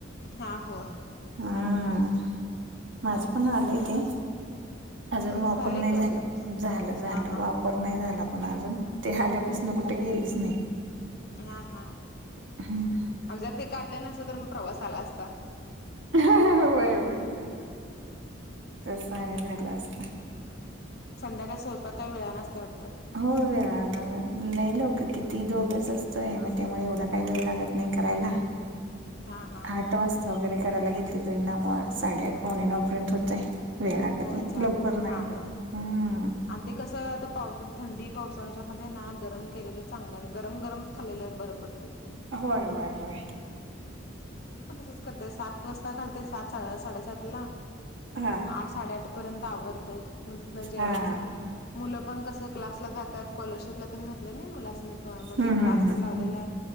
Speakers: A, on the left (about 55°); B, on the right (about 70°).
A: हा हो
B: हम्म माझं पण आलंय ते अजून
A: तुमचं
B: वापर
A: झालं
B: नाही
A: आहे करून
B: झाला झालं झालं
A: हां हां
B: वाप पर नाही झाला पण अजून ते आल्यापासून कुठे गेलेच नाही
A: हा हा हा
B: हम्म.
A: आणि जर ते काढलं नसतं तर मग प्रवास आला असता
B: होय वय वय तसं आणि झालं असतं
A: संध्याकाळ स्वयंपाक काय वेळा असते वाटतं
B: हो वेळ न लवककर किती दोघचं असतोय मग त्यामुळे एवढा काय वेळ लागतं नाही करायला
A: हां हां
B: आठ वाजता वगैरे करायला घेतले तरी ना मग साडेआठ पावणे नऊपर्यंत होते वेळा लागत
A: होय
B: नाही
A: चालतं
B: लवकर नाही
A: हां
B: करत
A: हां
B: हम्म
A: आणि ते कसं आता पावसा थंडी पावसाच्यामध्ये ना गरम केलेलं चांगलं गरम गरम खाल्ला बरं पडतं ते
B: होय होय होय
A: मी पण तसच करते सात वाजता घालते सात साडेसात ला
B: हा
A: आठ साडेआठ पर्यंत आवरते मग तिन जेवायचं
B: हा
A: मुलं पण कसं क्लासला जातात स्कॉलरशिपला घातले नाही मुलानी पण मध्ये
B: हम्म
A: क्लास
B: हम्म हम्म
A: लावलेला आहे.